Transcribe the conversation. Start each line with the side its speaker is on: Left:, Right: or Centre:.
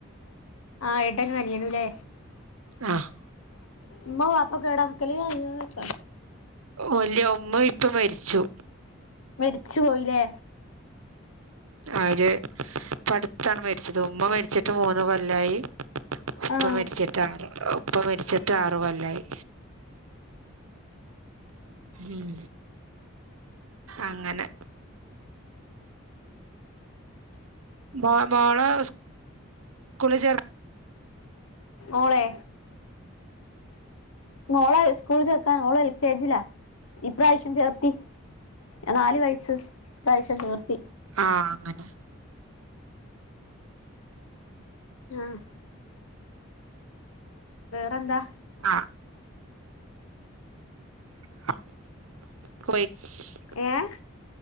Left: ആഹ് ഏട്ടനും അനിയനുല്ലേ
Right: ആഹ്
Left: ഉമ്മ വാപ്പൊക്കവെടാ നിക്കല് <unintelligible>
Right: ഓല് ഉമ്മ ഇപ്പൊ മരിച്ചു
Left: മരിച്ചു പോയില്ലേ
Right: അതേ ഇപ്പടുത്താണ് മരിച്ചത് ഉമ്മ മരിച്ചിട്ട് മൂന്നു കൊല്ലായി ഉപ്പ
Left: ആഹ്
Right: മരിച്ചിട്ട് ആറ് ഉപ്പ മരിച്ചിട്ട് ആറുകൊല്ലായി ഉം അങ്ങനെ മോ മോളെ സ്കൂളി ചേർ
Left: ഓളെ മോളെ സ്കൂൾ ചേർക്കാ ഓള് എൽ കെ ജി ലാ ഇപ്രാവശ്യം ചേർത്തി നാല് വയസ്സ് ഇപ്രാവശ്യം ചേർത്തി
Right: ആഹ് അങ്ങനെ
Left: ആഹ് വേറെന്താ
Right: ആഹ് <unintelligible>
Left: ഏഹ്